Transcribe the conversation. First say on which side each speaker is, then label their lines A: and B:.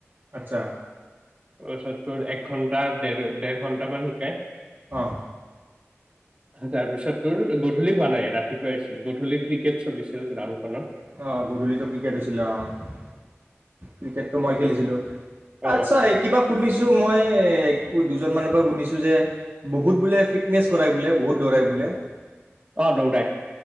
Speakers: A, on the right; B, on the right.
A: আচ্ছা
B: তাৰপিছত তোৰ এক ঘন্টা দেৰ দেৰ ঘন্টামান শিকাই
A: অঁ
B: তাৰপিছত তোৰ গধূলি হোৱা নাই ৰাতিপুৱাই আছিল গধূলি ক্ৰিকেট চলিছিল গ্ৰাউণ্ডখনত।
A: অ গধূলিতো ক্ৰিকেট হৈছিলে অ ক্ৰিকেটটো
B: সেইকাৰণে।
A: মই খেলিছিলো
B: অ',
A: আচ্ছা এই কিবা শুনিছো মই দুজন মানৰ শুনিছো যে বহুত বোলে ফিটনেছ ই বোলে বহুত দৌৰাই বোলে
B: অ দৌৰাই